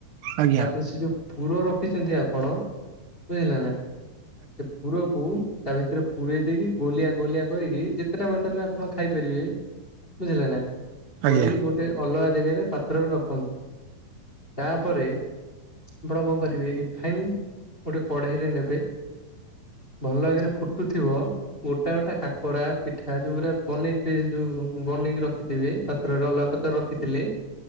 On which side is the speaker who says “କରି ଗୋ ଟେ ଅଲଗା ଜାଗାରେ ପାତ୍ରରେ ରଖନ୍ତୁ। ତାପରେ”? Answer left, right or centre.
Left